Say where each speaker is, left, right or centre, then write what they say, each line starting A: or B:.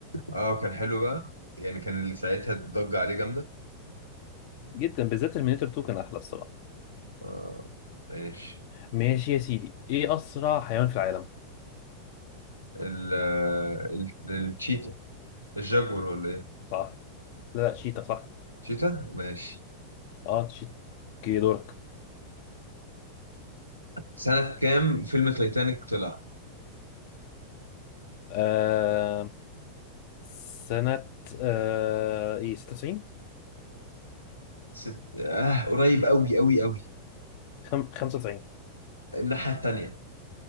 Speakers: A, on the left (about 85°); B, on the left (about 45°).
A: اه كان حلو بقى يعني كان اللي ساعتها الضجه عليه جامده
B: جدا بالذات ترمينيتور 2 كان احلى الصراحه
A: اه ماشي
B: ماشي يا سيدي ايه اسرع حيوان في العالم؟
A: ال ال- التشيتا الجاكور ولا ايه
B: صح لا لا شيتا صح
A: تشيتا ماشي
B: اه تشيكي دورك
A: سنة كام فيلم تايتانيك طلع
B: آه سنة آه ايه 96
A: ست... آه قريب قوي قوي قوي
B: خم... 95
A: الناحية التانية